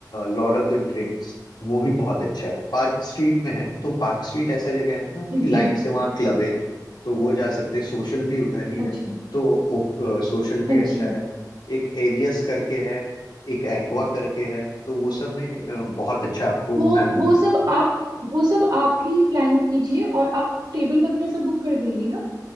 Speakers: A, on the left; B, on the right.
A: लॉर्ड ऑफ द ड्रिंक्स वो भी बहुत अच्छा है पार्क स्ट्रीट में है तो पार्क स्ट्रीट ऐसा जगह है ना मैम कि
B: जी
A: लाइन से वहाँ क्लब है तो वो जा सकते हैं सोशल भी उधर ही
B: अच्छा
A: है तो वो, अ, सोशल भी
B: अच्छा
A: अच्छा है एक एरियस करके है एक एक्वा करके है तो वो सब में अ, बहुत अच्छा आपको
B: वो
A: मैम
B: वो सब आप वो सब आप ही प्लान कीजिए और आप टेबल वगैरह सब बुक कर देंगे ना